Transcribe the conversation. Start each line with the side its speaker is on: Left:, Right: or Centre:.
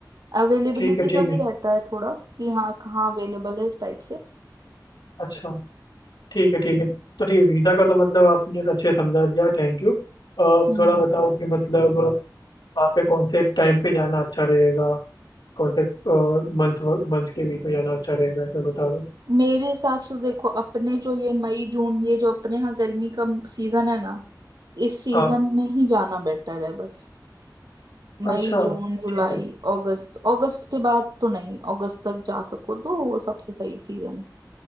Right: अवेलेबिलिटी
Left: ठीक है ठीक
Right: का
Left: है
Right: भी रहता है थोड़ा कि हाँ कहाँ अवेलेबल है इस टाइप से
Left: अच्छा ठीक है ठीक है तो ठीक है वीज़ा का तो मतलब आपने अच्छे से समझा दिया थैंक यू अब
Right: हम्म
Left: थोड़ा बताओ कि मतलब वहाँ पे कौन से टाइम पे जाना अच्छा रहेगा कौन से मंथ मंथ के बीच में जाना अच्छा रहेगा ऐसे बता दो
Right: मेरे हिसाब से देखो अपने जो ये मई जून ये जो अपने यहाँ गर्मी का सीजन है ना इस सीजन
Left: हाँ
Right: में ही जाना बेटर है बस
Left: अच्छा
Right: मई जून जुलाई
Left: ठीक है
Right: अगस्त अगस्त के बाद तो नहीं अगस्त तक जा सको तो वो सबसे सही सीजन है